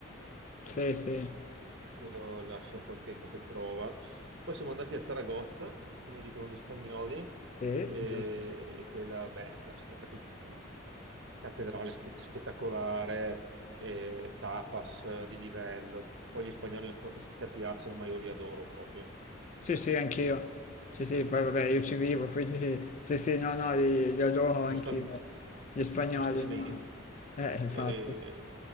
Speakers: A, on the left; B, on the right.
A: sì, sì,
B: quello lascia un po' il tempo che trova. Poi siamo andati a Zaragoza, come dicono gli spagnoli,
A: sì,
B: e
A: giusto.
B: e quella, beh, la capi- cattedrale spe- spettacolare, e tapas eh, di livello. Poi gli spagnoli non so se ti piacciono, ma io li adoro proprio.
A: Sì, sì, anch'io. Sì, sì, poi vabbè, io ci vivo, quindi <laughs> sì, sì, no, no, li, li adoro
B: giustamente,
A: anch'io. Gli spagnoli,
B: giustamente.
A: no? Eh, infatti,
B: Eh,